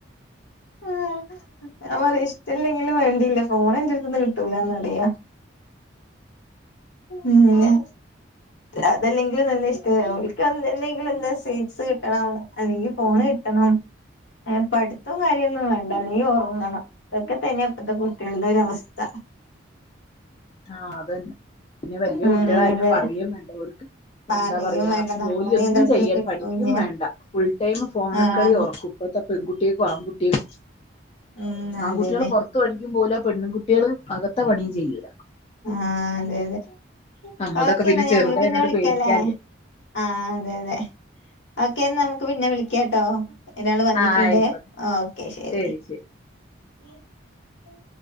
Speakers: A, on the left (about 70°); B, on the left (about 30°).
A: ആഹ് ഞാൻ പറയും ഇഷ്ട്ടില്ലെങ്കിലും വേണ്ടില്ല ഫോണ് എന്റെടുത്തൂന്ന് കിട്ട് കിട്ടൂലന്ന് എന്തെയ്യ ഉം ഇന്നെ? അതല്ലെങ്കിലും നല്ല ഇഷ്ടാ അവൾക്ക് എന്തെങ്കിലും എല്ലാ സീറ്റ്സ് കിട്ടണം അല്ലെങ്കി ഫോണ് കിട്ടണം ഏഹ് പഠിത്തം കാര്യോന്നും വേണ്ട അല്ലെങ്കി ഒറങ്ങണം. ഇതൊക്കെ തന്നെയാ ഇപ്പത്തെ കുട്ടികളുടെ ഒരു അവസ്ഥ.
B: ആഹ് അത് തന്നെ പിന്നെ വല്യ
A: ഉം
B: കുട്ടികളായാൽ
A: അതെ
B: പറയെം വേണ്ട ഓൽക്ക്
A: പറയും
B: എന്താ പറയാ
A: വേണ്ട നമ്മളെ
B: ജോലിയൊന്നും
A: നിയന്ത്രണത്തില്
B: ചെയ്യാൻ
A: കിട്ടൂല്ല
B: പഠിക്കും വേണ്ട ഫുൾ ടൈം ഫോണിൽ
A: ആഹ്
B: കളി ഒറ കുപ്പത്തെ പെൺകുട്ട്യക്കും ആൺകുട്ട്യാക്കും
A: ഉം
B: ആൺകുട്ടികള്
A: അതന്നെ
B: പുറ പുറത്ത് പണിക്കും പോകൂല്ല പെണ്ണ് കുട്ടികൾ അകത്ത് പണിയും ചെയ്യൂല്ല.
A: ആഹ് അതെ അതെ.
B: നമ്മളതൊക്കെ
A: ഓക്കെ
B: പിന്നെ
A: എന്നാ
B: ചെറുതായനോണ്ട്
A: ഞമ്മള് പിന്നെ വിളിക്കാല്ലേ
B: പേടിക്കാല്ല
A: ആഹ് അതെ അതെ. ഓക്കെ നമുക്ക് പിന്നെ വിളിക്കാട്ടോ എന്നാൾ വന്നിട്ടുണ്ടേ
B: ആ ആയിക്കോട്ടെ
A: ഓക്കെ ശെരി.
B: ശരി ശരി
A: ഉ ഉ <inaudible>